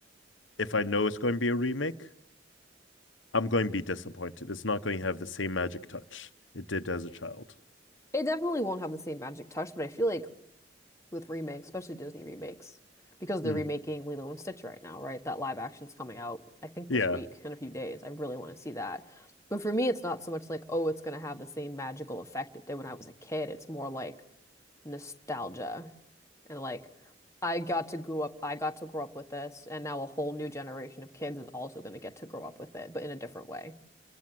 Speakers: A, on the left; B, on the left.
A: if I know it's going to be a remake, I'm going to be disappointed. It's not going to have the same magic touch it did as a child.
B: It definitely won't have the same magic touch, but I feel like with remakes, especially Disney remakes, because they're
A: Mm.
B: remaking Lilo and Stitch right now, right? That live action's coming out, I think,
A: Yeah.
B: this week in a few days. I really want to see that. But for me, it's not so much like, oh, it's going to have the same magical effect it did when I was a kid. It's more like nostalgia and like, I got to grow up, I got to grow up with this, and now a whole new generation of kids is also going to get to grow up with it, but in a different way.